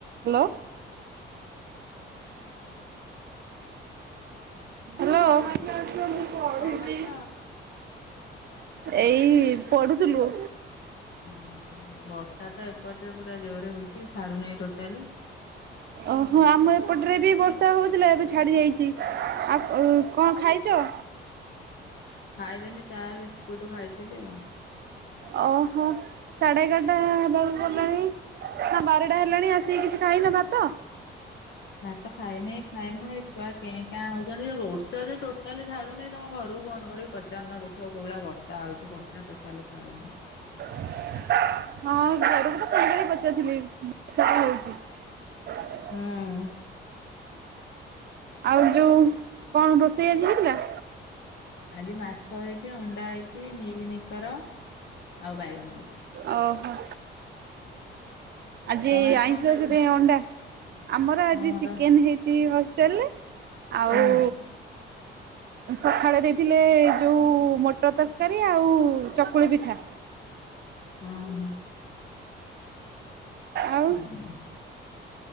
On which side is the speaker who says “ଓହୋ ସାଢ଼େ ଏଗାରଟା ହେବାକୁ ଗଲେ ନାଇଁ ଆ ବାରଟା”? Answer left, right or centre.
Right